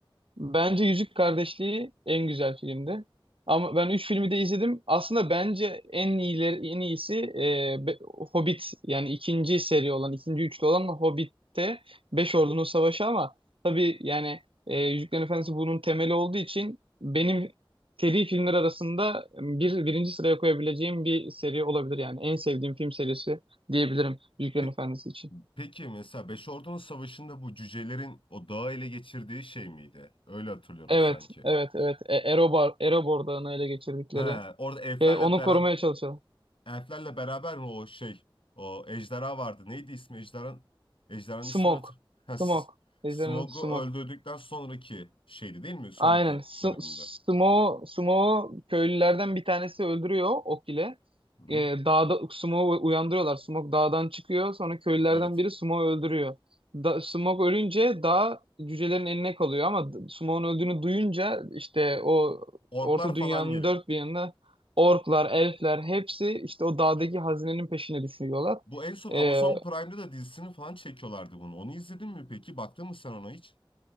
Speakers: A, on the right (about 80°); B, on the left (about 70°).
A: Bence Yüzük Kardeşliği en güzel filmdi. Ama ben üç filmi de izledim. Aslında bence en iyileri, en iyisi e, Be- Hobbit yani ikinci seri olan, ikinci üçlü olan Hobbit'te Beş Ordunun Savaşı ama tabii yani e, Yüzüklerin Efendisi bunun temeli olduğu için benim seri filmler arasında bir, birinci sıraya koyabileceğim bir seri olabilir yani. En sevdiğim film serisi diyebilirim Yüzüklerin
B: Pe-
A: Efendisi için.
B: peki mesela Beş Ordunun Savaşı'nda bu cücelerin o dağı ele geçirdiği şey miydi? Öyle hatırlıyorum
A: Evet,
B: sanki.
A: evet, evet. E, Erobar, Erobor Dağı'nı ele geçirdikleri
B: He, orada elflerle
A: Şey, onu
B: beraber
A: korumaya çalışalım.
B: Elflerle beraber o şey o ejderha vardı. Neydi ismi ejderhan? Ejderhanın
A: Smoke.
B: ismini hatır. Ha, S-
A: Smoke. Ejderhanın
B: Smog'u
A: Smoke.
B: öldürdükten sonraki şeydi değil mi? Sonraki
A: Aynen. S
B: bölümünde.
A: Smoke, Smoke'u köylülerden bir tanesi öldürüyor ok ile.
B: Hı-hı.
A: Ee, dağda Smoke'u uyandırıyorlar. Smoke dağdan çıkıyor. Sonra köylülerden
B: Evet.
A: biri Smoke'u öldürüyor. Da Smoke ölünce dağ cücelerin eline kalıyor ama d- Smoke'un öldüğünü duyunca işte o
B: Orklar
A: Orta Dünya'nın
B: falan gele.
A: dört bir yanında orklar, elfler hepsi işte o dağdaki hazinenin peşine düşüyorlar.
B: Bu en son Amazon
A: Ee,
B: Prime'da da dizisini falan çekiyorlardı bunu. Onu izledin mi peki? Baktın mı sen ona hiç?